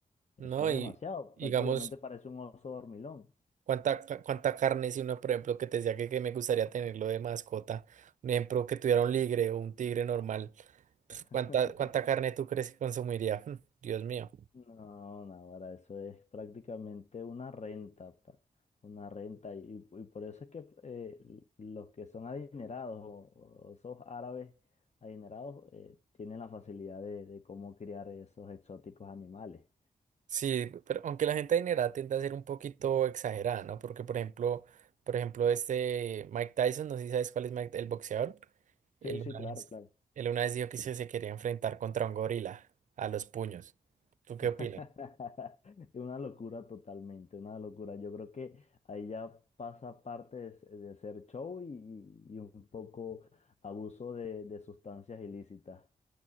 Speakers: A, on the right (about 55°); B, on the left (about 45°).
A: ¿no?
B: eso es demasiado.
A: Y digamos...
B: Prácticamente parece un oso dormilón.
A: ¿Cuánta, ca- cuánta carne si uno, por ejemplo, que te decía que, que me gustaría tenerlo de mascota? Un ejemplo, que tuviera un ligre o un tigre normal. Pf,
B: <laughs>
A: ¿Cuánta, cuánta carne tú crees que consumiría? <laughs> Mm, Dios mío.
B: No, Navarra, eso es prácticamente una renta, pra- una renta. Y, y por eso es que eh, l- los que son adinerados o, o esos árabes adinerados eh, tienen la facilidad de, de cómo criar esos exóticos animales.
A: Sí, pero aunque la gente adinerada tiende a ser un poquito exagerada, ¿no? Porque, por ejemplo, por ejemplo, este Mike Tyson, no sé si sabes cuál es Mike, el boxeador. Él
B: Sí, sí,
A: una
B: claro,
A: vez,
B: claro.
A: él una vez dijo que se se quería enfrentar contra un gorila a los puños. ¿Tú qué
B: <laughs>
A: opinas?
B: Una locura totalmente, una locura. Yo creo que ahí ya pasa parte de, s- de hacer show y, y- y un poco abuso de de sustancias ilícitas.